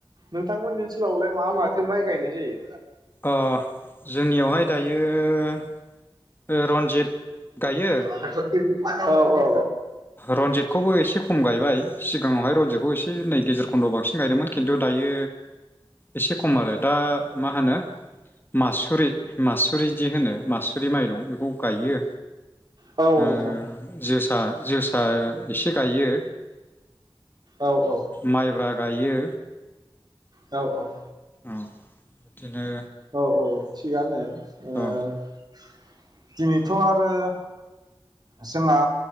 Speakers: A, on the right; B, on the left.
A: नोंथांमोननि ओनसोलावलाय मा माथो माइ गायनाय जायो
B: अ जोंनियावहाय दायो रन्जित गायो
A: औ <inaudible> औ
B: रन्जितखौबो एसे खम गायबाय सिगाङावहाय रनजितखौ एसे नै गेजेर खन्दआव बांसिन गायदोंमोन खिन्थु दायो एसे खम आरो दा मा होनो मासुरि मासुरि जि होनो मासुरि माइ दं बेखौ गायो
A: औ
B: ओ
A: नोंथां
B: जोसा जोसा एसे गायो
A: औ औ
B: माइब्रा गायो
A: औ औ
B: औ बिदिनो
A: औ औ थिगानो । ओ
B: औ
A: दिनैथ' आरो जोंहा